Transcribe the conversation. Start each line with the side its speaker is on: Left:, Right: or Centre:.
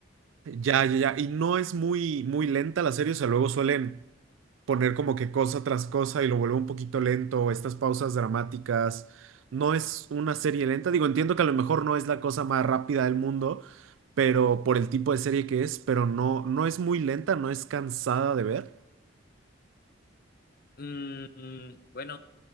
Right: Ya, ya, ya. Y no es muy, muy lenta la serie, o sea, luego suelen poner como que cosa tras cosa y lo vuelve un poquito lento, estas pausas dramáticas. No es una serie lenta. Digo, entiendo que a lo mejor no es la cosa más rápida del mundo, pero por el tipo de serie que es, pero no, no es muy lenta, no es cansada de ver.
Left: Mm, mm, bueno,